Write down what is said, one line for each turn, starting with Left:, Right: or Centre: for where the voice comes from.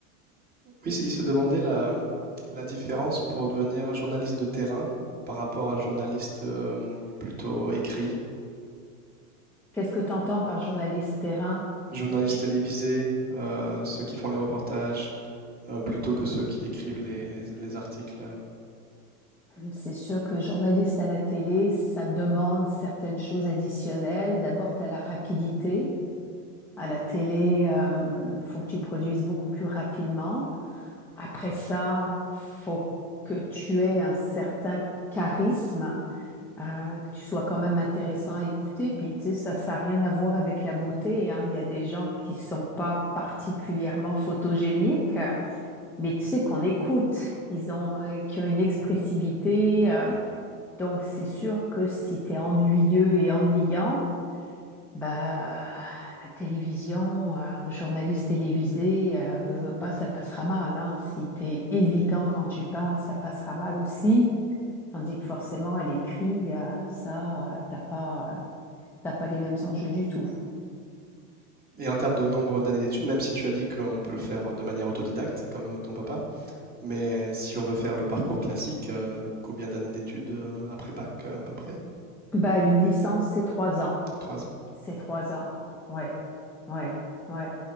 Right: Oui, il se demandait la, la différence pour devenir journaliste de terrain par rapport à journaliste euh, plutôt écrit,
Centre: Qu'est-ce que tu entends par journaliste terrain?
Right: journaliste
Centre: Tu-
Right: télévisé, euh, ceux qui font les reportages, euh, plutôt que ceux qui écrivent les, les- les articles.
Centre: C'est sûr que journaliste à la télé, ça demande certaines choses additionnelles. D'abord, tu as la rapidité. À la télé, euh, faut que tu produises beaucoup plus rapidement. Après ça, faut que tu aies un certain charisme, euh, que tu sois quand même intéressant à écouter. Puis, tu sais, ça, ça n'a rien à voir avec la beauté, hein. Il y a des gens qui sont pas particulièrement photogéniques, mais tu sais qu'on écoute, qu'ils ont, euh, qui ont une expressivité. euh. donc, c'est sûr que si tu es ennuyeux et ennuyant, bah, la télévision, euh, un journaliste télévisé, euh, veux, veux pas, ça passera mal, hein. Si t'es hésitant quand tu parles, ça passera mal aussi. Tandis que forcément, à l'écrit, euh, ça, euh, t'as pas, euh, t'as pas les mêmes enjeux du tout.
Right: Et en termes de nombre d'années d'études, même si tu as dit qu'on peut le faire de manière autodidacte, comme ton papa, mais si on veut faire le parcours classique, euh, combien d'années d'études euh, après bac à peu près?
Centre: Bah, une licence, c'est trois ans.
Right: Trois ans.
Centre: C'est trois ans. Ouais. Ouais. Ouais.